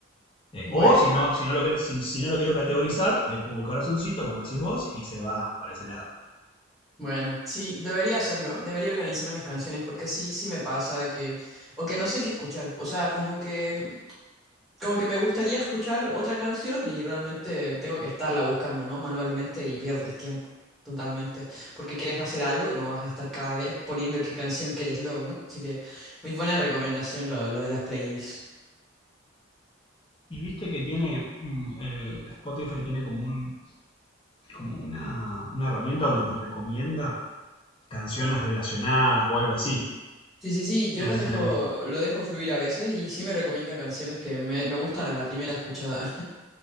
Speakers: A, on the left (about 25°); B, in the centre.
A: Eh,
B: Bueno.
A: o si no, si, no lo, si, si no lo quiero categorizar, le pongo el corazoncito, como decís vos, y se va para ese lado.
B: Bueno, sí, debería hacerlo, debería organizar mis canciones porque sí, sí me pasa que, o que no sé qué escuchar, o sea, como que, como que me gustaría escuchar otra canción y realmente tengo que estarla buscando, ¿no? Manualmente y pierdes tiempo, totalmente, porque quieres hacer algo y no vas a estar cada vez poniendo qué canción quieres luego, ¿no? Así que muy buena recomendación lo, lo de las playlists.
A: Y viste que tiene, el Spotify tiene como un, como una, una herramienta donde te recomienda canciones relacionadas o algo así.
B: Sí, sí, sí, yo
A: No
B: los
A: sé
B: dejo,
A: si la viste.
B: lo dejo fluir a veces y sí me recomienda canciones que me, me gustan a la primera escuchada.